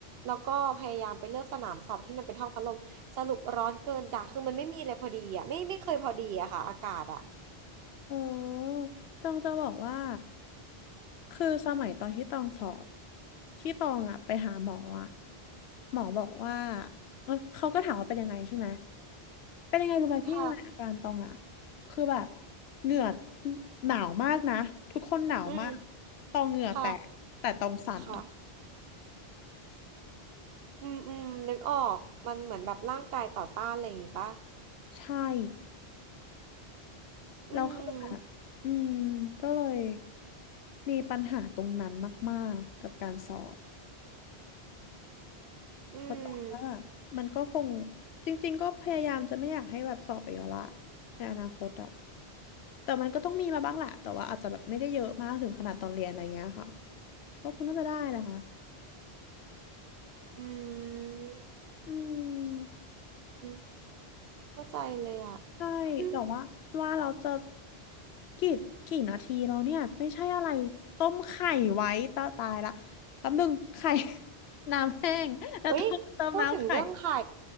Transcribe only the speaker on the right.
แล้วก็พยายามไปเลือกสนามสอบที่มันเป็นห้องพัดลมสรุปร้อนเกินจ้ะคือมันไม่มีอะไรพอดีอ่ะไม่ไม่เคยพอดีอะค่ะอากาศอ่ะ
ค่ะ
อืม
ค่ะค่ะอืมอืมนึกออกมันเหมือนแบบร่างกายต่อต้านอะไรอย่างงี้ปะ
อื
ม
อืม
อืม
อืมเข้าใจเลยอ่ะ
<laughs> อืม
เอ้ยพูดถึงเรื่องไข่